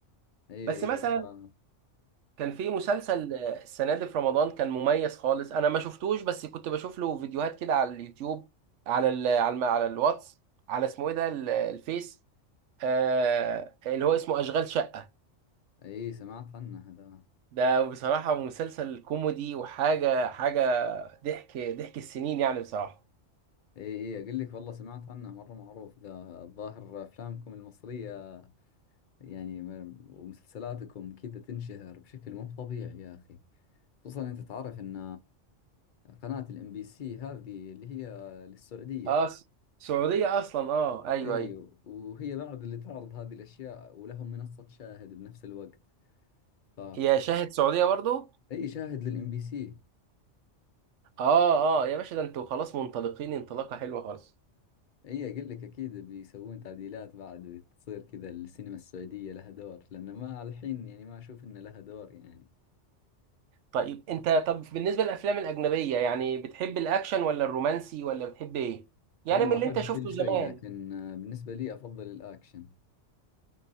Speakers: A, on the left (about 50°); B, on the right (about 75°).
A: أي
B: بس
A: أي
B: مثلا
A: والله
B: كان في مسلسل آه، السنة دي في رمضان كان مميز خالص أنا ما شفتوش بس كنت بشوف له فيديوهات كده على اليوتيوب على ال على, الم- على الواتس على اسمه إيه ده ال- الفيس آه اللي هو اسمه أشغال شقة
A: أي سمعت عنه هذا
B: ده بصراحة مسلسل كوميدي وحاجة حاجة ضحك ضحك السنين يعني بصراحة
A: أي أي أقول لك والله سمعت عنه مرة معروف ذا الظاهر أفلامكم المصرية يعني م- ومسلسلاتكم كذا تنشهر بشكل مو طبيعي يا أخي خصوصا أنت تعرف أن قناة الإم بي سي هذه اللي هي للسعودية
B: اه س- سعودية أصلا اه أيوه
A: ايوه
B: أيوه
A: وهي بعد اللي تعرض هذه الاشياء ولهم منصة شاهد بنفس الوقت ف
B: هي شاهد سعودية برضو
A: اي شاهد للام بي سي
B: اه اه يا باشا ده انتوا خلاص منطلقين انطلاقة حلوة خالص
A: اي اقول لك اكيد بيسوون تعديلات بعد وتصير كذا السينما السعودية لها دور لان ما الحين يعني ما اشوف ان لها دور يعني
B: طيب انت طب بالنسبه للافلام الاجنبيه يعني بتحب الاكشن ولا الرومانسي ولا بتحب ايه يعني
A: والله
B: من اللي
A: احب
B: انت شفته
A: كل شيء
B: زمان
A: لكن آه، بالنسبة لي افضل الاكشن